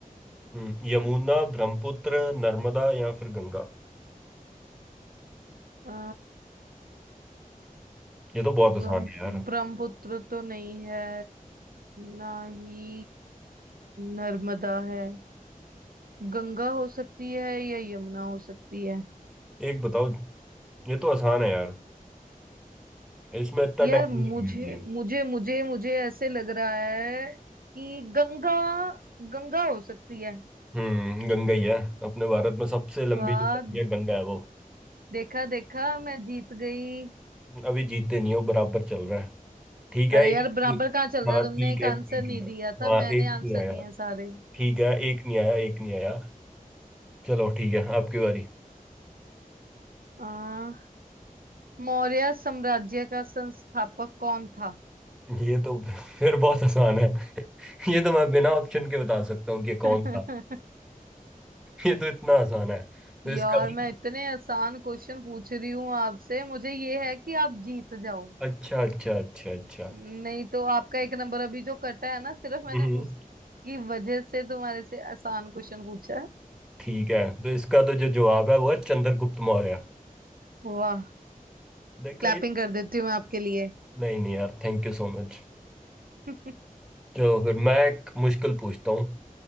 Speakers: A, in the centre; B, on the right.
A: हम्म यमुना ब्रह्मपुत्र नर्मदा या फिर गंगा
B: अ,
A: ये तो बहुत आसान
B: ब्रह्म
A: है यार
B: ब्रह्मपुत्र तो नहीं है ना ही नर्मदा है गंगा हो सकती है या यमुना हो सकती है
A: एक बताओ ये तो आसान है यार इसमें इतना
B: यार
A: टाइम
B: मुझे
A: नहीं लगना चाहिए
B: मुझे मुझे मुझे ऐसे लग रहा है कि गंगा गंगा हो सकती है
A: हम्म गंगा ही है अपने भारत में सबसे लंबी
B: वाह
A: जो नदी है गंगा है वो
B: देखा देखा मैं जीत गई
A: अभी जीतते नहीं हो बराबर चल रहा है ठीक है
B: अरे
A: एक
B: यार बराबर कहाँ चल
A: हाँ
B: रहा है तुमने
A: ठीक
B: एक
A: है
B: आंसर
A: ठीक
B: नहीं
A: है
B: दिया था
A: हाँ
B: मैंने
A: एक
B: आंसर
A: नहीं आया
B: दिए हैं सारे
A: ठीक है एक नहीं आया एक नहीं आया चलो ठीक है आपकी बारी
B: आ, मौर्य साम्राज्य का संस्थापक कौन था
A: ये तो फिर बहुत आसान है <laughs> ये तो मैं बिना ऑप्शन के बता सकता हूँ कि कौन
B: <laughs>
A: था ये तो इतना आसान है तो इसका
B: यार
A: भी
B: मैं इतने आसान क्वेश्चन पूछ रही हूँ आपसे मुझे ये है कि आप जीत जाओ
A: अच्छा अच्छा अच्छा अच्छा
B: नहीं तो आपका एक नंबर अभी जो कटा है ना सिर्फ मैंने
A: हम्म
B: उसकी वजह से तुम्हारे से आसान क्वेश्चन पूछा है
A: ठीक है तो इसका तो जो जवाब है वो है चंद्रगुप्त मौर्य
B: वाह
A: देखा
B: क्लैपिंग
A: ये
B: कर देती हूँ मैं आपके लिए
A: नहीं नहीं यार थैंक यू सो मच
B: <laughs>
A: चलो फिर मैं एक मुश्किल पूछता हूँ